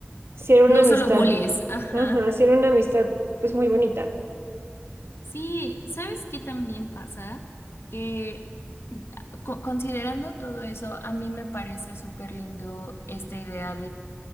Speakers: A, on the right; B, on the left.
A: sí era una
B: No
A: amistad,
B: solo bullies, ajá.
A: ajá, sí era una amistad, pues muy bonita.
B: Sí, ¿sabes qué también pasa? Que ah, co- considerando todo eso, a mí me parece súper lindo esta idea